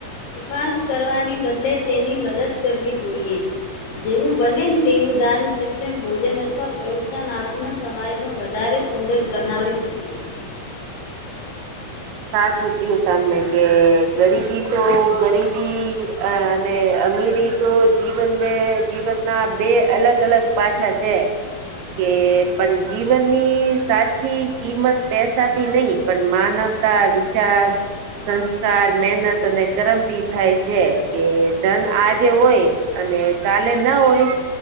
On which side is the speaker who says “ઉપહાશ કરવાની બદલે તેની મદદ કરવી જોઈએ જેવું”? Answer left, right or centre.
Left